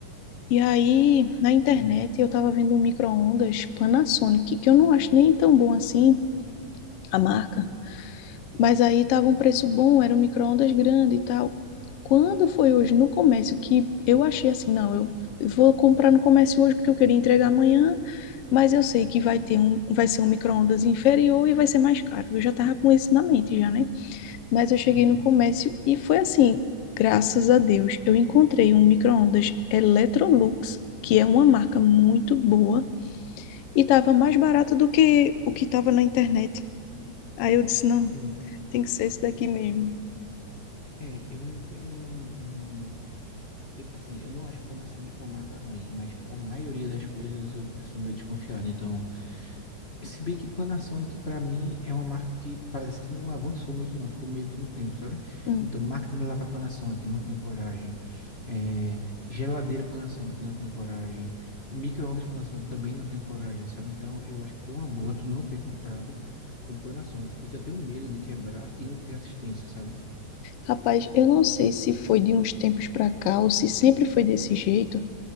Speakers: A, on the left; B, on the left.
A: E aí, na internet,
B: entendi.
A: eu tava vendo um micro-ondas Panasonic, que eu não acho nem tão bom assim a marca, Mas aí tava um preço bom, era um micro-ondas grande e tal. Quando foi hoje no comércio que eu achei assim, não, eu vou comprar no comércio hoje porque eu queria entregar amanhã, mas eu sei que vai ter um, vai ser um micro-ondas inferior e vai ser mais caro. Eu já tava com isso na mente já, né? Mas eu cheguei
B: Uhum,
A: no comércio e foi assim, graças a Deus, eu encontrei um micro-ondas Electrolux, que é uma marca muito boa e tava mais barato do que o que tava na internet. Aí eu disse, não,
B: sim.
A: tem que ser esse daqui mesmo.
B: É, eu não tenho um, um- eu- assim, eu não acho Panasonic uma marca ruim, mas para a maioria das coisas eu, eu sou meio desconfiado. Então, se bem que Panasonic para mim é uma marca que parece que não avançou muito, não, ficou meio que no tempo, sabe?
A: Hum.
B: Então, máquina de lavar Panasonic, não tenho coragem. É, geladeira Panasonic, não tenho coragem. Micro-ondas Panasonic também não tenho coragem, sabe? Então, eu acho que foi uma boa tu não ter comprado o Panasonic, porque eu tenho medo de quebrar e não ter assistência, sabe?
A: Rapaz, eu não sei se foi de uns tempos para cá ou se sempre foi desse jeito,